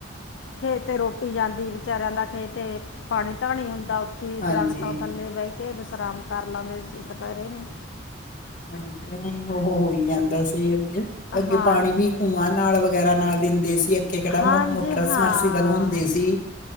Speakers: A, on the left; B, on the left.
A: ਖੇਤ ਕਈ ਜਾਂਦੀ ਵਿਚਾਰਿਆਂ ਦਾ ਖੇਤ ਪਾਣੀ ਧਾਣੀ ਹੁੰਦਾ ਔ ਔਥੀ
B: ਹਾਂਜੀ,
A: ਦਰਖਤਾ ਥੱਲੇ ਬੈ ਕੇ ਵਿਸ਼ਰਾਮ, ਕਰ ਲੇਦੇ ਸੀ ਤਾਂ ਦੁਪਹਿਰੇ ਨੂੰ,
B: ਹਾਂਜੀ ਐ ਉਹ ਹੋ ਹੀ ਜਾਂਦਾ ਸੀ। ਅੱਗੇ
A: ਹਾਂਜੀ
B: ਪਾਣੀ ਵੀ ਖੂਹ ਨਾਲ ਵਗੈਰਾ, ਨਾਲ ਦਿੰਦੇ ਸੀ ਅੱਗੇ ਕਿਹੜਾ
A: ਹਾਂਜੀ
B: ਮੋਟਰ
A: ਹਾਂ
B: ਸਮਰਸੀਬਲ ਹੁੰਦੇ ਸੀ,